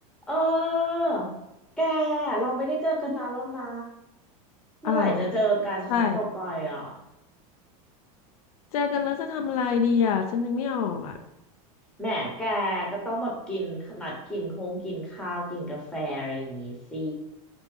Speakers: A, in the centre; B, on the left.
A: เออแกเราไม่ได้เจอกันนานแล้วนะเมื่อไหร่จะเจอกันครั้งต่อไปอ่ะ
B: อ่าใช่เจอกันแล้วจะทำอะไรดีอ่ะฉันนึกไม่ออกอ่ะ
A: แหมแกก็ต้องแบบกินนัดกินคงกินข้าวกินกาแฟอะไรอย่างงี้สิ